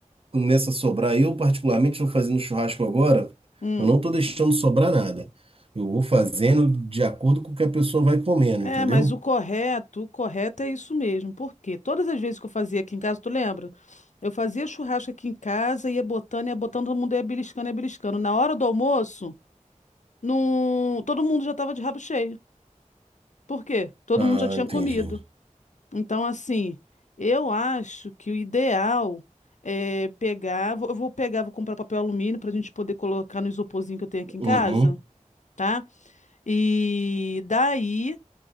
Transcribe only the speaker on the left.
hum.
É,
mas o correto, o correto é isso mesmo. Porque todas as vezes que eu fazia aqui em casa, tu lembra? Eu fazia churrasco aqui em casa, ia botando, ia botando, todo mundo ia beliscando, ia beliscando. Na hora do almoço, não... todo mundo já estava de rabo cheio. Por quê? Todo
mundo já tinha
comido. Então, assim, eu acho que o ideal é pegar. vou- Eu vou pegar, vou comprar papel alumínio para a gente poder colocar no isoporzinho que eu tenho aqui em
casa, tá? E daí,